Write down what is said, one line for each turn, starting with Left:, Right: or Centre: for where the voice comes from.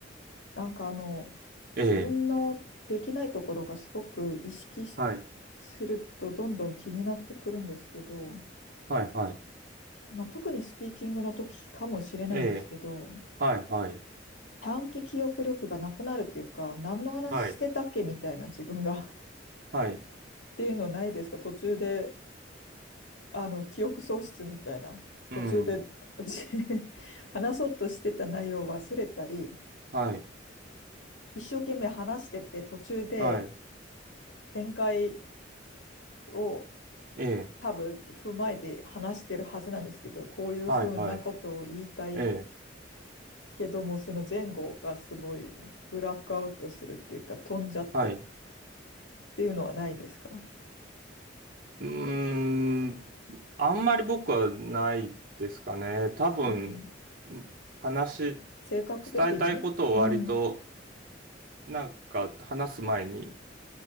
Left: なんかあの、
Right: ええ、
Left: 自分のできないところがすごく意識しするとどんどん気になってくるんですけど、
Right: はい、はい、はい、
Left: まあ、特にスピーキングの時かもしれないんですけど、
Right: ええ、はい、はい、
Left: 短期記憶力がなくなるっていうか、何の話してたっけみたいな自分が
Right: はい、
Left: <laughs>
Right: はい、
Left: っていうのないですか途中であの、記憶喪失みたいな、途中でじ
Right: うん。
Left: <laughs> 話そうとしてた内容を忘れたり、
Right: はい、
Left: 一生懸命話してて、途中で
Right: はい、
Left: 展開を
Right: ええ、
Left: 多分踏まえて話してるはずなんですけど、こういうふうなことを言いたい
Right: はい、はい、ええ、
Left: けども、その前後がすごいブラックアウトするっていうか、飛んじゃってっ
Right: はい。
Left: ていうのはないですか
Right: うーん、あんまり僕はないですかね。多分、
Left: うん。
Right: 話、
Left: 性格的にうん、
Right: 伝えたいことを割と、なんか話す前に、